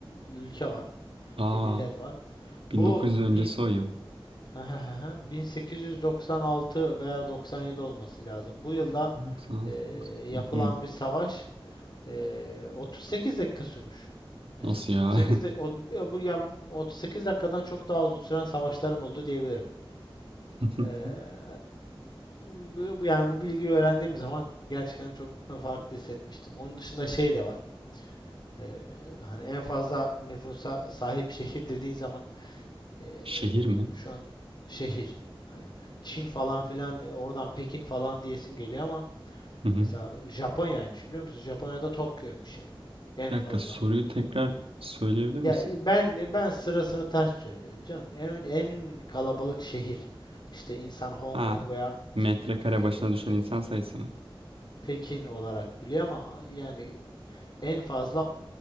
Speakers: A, on the left (about 50°); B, on the right (about 75°).
A: ülke var
B: Aa
A: bir millet var. Bu
B: 1900
A: bin-
B: öncesi o yıl.
A: <laughs> 1896 veya 97 olması lazım. Bu yılda
B: 96,
A: e,
B: 96.
A: yapılan
B: Hı,
A: bir savaş e, 38 dakika sürmüş. Neyse,
B: nasıl ya?
A: 38 dak- o- ya bu yani 38 dakikadan çok daha uzun süren savaşlarım oldu diyebilirim.
B: <laughs>
A: E, bu- bu- yani bu bilgiyi öğrendiğim zaman gerçekten çok farklı hissetmiştim. Onun dışında şey de var. E, hani en fazla nüfusa sahip şehir dediğin zaman Eee,
B: Şehir mi?
A: şu an şehir. Hani Çin falan filan e, oradan Pekin falan diyesin geliyor ama
B: Hı hı.
A: mesela Japonya'ymış biliyor musun? Japonya'da Tokyo'ymuş yani. En
B: Bir dakika
A: fazla.
B: soruyu tekrar söyleyebilir misin?
A: Ya e, ben e, ben sırasını ters söyledim canım. En en kalabalık şehir. İşte insan Hong
B: Ha
A: Kong veya
B: metrekare
A: eee,
B: başına düşen insan sayısı mı?
A: Pekin olarak biliyor ama yani en fazla